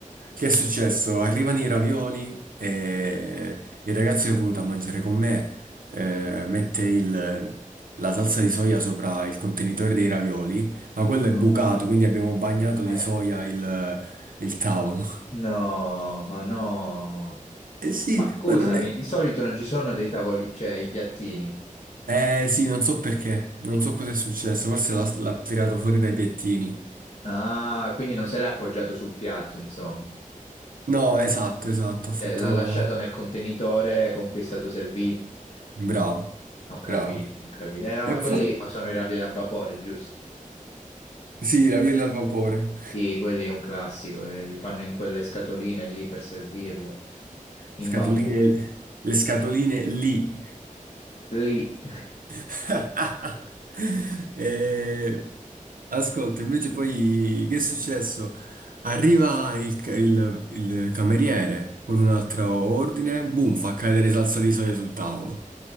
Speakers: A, on the right; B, on the left.
A: che è successo? Arrivano i ravioli e il ragazzo che è venuto a mangiare con me eh, mette il- la salsa di soia sopra il contenitore dei ravioli, ma quello è
B: No.
A: bucato, quindi abbiamo bagnato di
B: Eh,
A: soia il, il tavolo.
B: no, ma no.
A: Eh sì,
B: Ma scusami,
A: ma non è...
B: di solito non ci sono dei tavoli, cioè i piattini.
A: Eh sì, non so perché, non so cosa è successo, forse l'ha l'ha tirato fuori dai piattini.
B: Ah, quindi non se l'è appoggiato sul piatto, insomma.
A: No, esatto, esatto,
B: Se
A: ha fatto...
B: l'ha lasciato nel contenitore con cui è stato servito.
A: Bravo,
B: Ho capito,
A: bravo.
B: ho capito. Eh, no,
A: E
B: ma
A: poi...
B: quelli sono i ravioli a vapore, giusto?
A: Sì, i ravioli al vapore.
B: Sì, quelli è un classico, eh, li fanno in quelle scatoline lì per servirle, in
A: Scatoline,
B: bambù.
A: le scatoline lì.
B: Lì. <laughs>
A: <laughs> Eh, ascolta, invece poi che è successo? Arriva il, ca- il- il cameriere con un altro ordine, boom, fa cadere salsa di soia sul tavolo